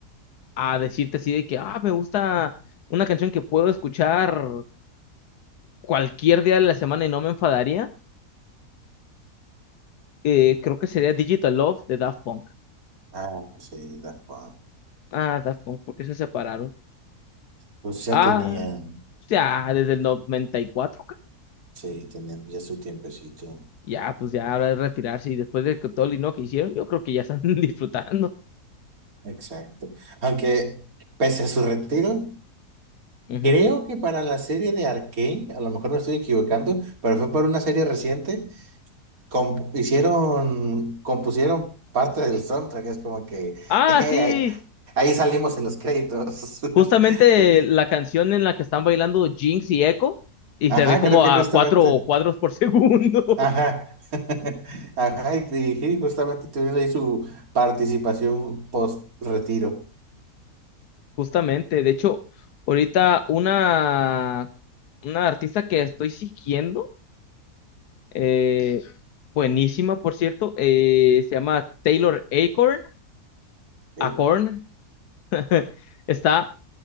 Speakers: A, on the left; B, on the right.
A: a decirte así de que, ah, me gusta una canción que puedo escuchar cualquier día de la semana y no me enfadaría, eh, creo que sería Digital Love de Daft Punk.
B: Ah, sí, Daft Punk.
A: Ah, Daft Punk, ¿por qué se separaron?
B: Pues ya
A: Ah.
B: tenían,
A: ya desde el 94, creo.
B: sí, tenían ya su tiempecito.
A: Ya, pues ya ahora de retirarse y después de que todo el dinero que hicieron, yo creo que ya están <laughs> disfrutando.
B: Exacto. Aunque, pese a su retiro.
A: Ujú.
B: Creo que para la serie de Arcane, a lo mejor me estoy equivocando, pero fue para una serie reciente, comp- hicieron, compusieron parte del soundtrack, es como que
A: Ah,
B: <laughs> eh,
A: sí,
B: ahí, ahí salimos en los créditos. <laughs>
A: justamente
B: De que-
A: la canción en la que están bailando Jinx y Echo y
B: Ajá,
A: se ve como
B: creo que
A: a
B: justamente.
A: cuatro cuadros por <laughs> segundo.
B: Ajá. <laughs> Ajá, y, y sí, justamente tuvieron ahí su participación post-retiro.
A: Justamente, de hecho, ahorita una, una artista que estoy siguiendo, eh, buenísima por cierto, eh, se llama Taylor Acorn,
B: Ok,
A: Acorn, <laughs> está